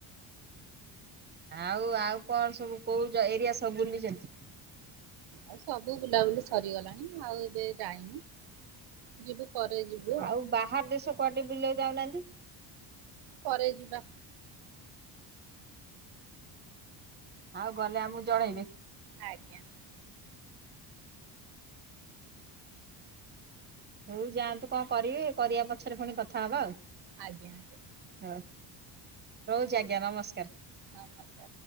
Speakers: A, on the right; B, on the right.
A: ଆଉ ଆଉ କଣ ସବୁ କୋଉ ଜ ଏରିଆ ସବୁ ବୁଲିଛନ୍ତି?
B: ଆଉ ସବୁ ବୁଲାବୁଲି ସରିଗଲାଣି ଆଉ ଏବେ ଯାଇନୁ, ଯିବୁ। ପରେ ଯିବୁ।
A: ଆଉ ବାହାର ଦେଶ କୁଆଡେ ଟିକେ ବୁଲିଆକୁ ଯାଉନାନ୍ତି?
B: ପରେ ଯିବା।
A: ଆଉ ଗଲେ ଆମକୁ ଜଣେଇବେ
B: ଆଜ୍ଞା।
A: ହଉ ଯାଆନ୍ତୁ କଣ କରିବେ କରିବା ପଛରେ ପୁଣି କଥା ହବା ଆଉ।
B: ଆଜ୍ଞା-ଆଜ୍ଞା।
A: ହ ରହୁଛି ଆଜ୍ଞା ନମସ୍କାର।
B: ନମସ୍କାର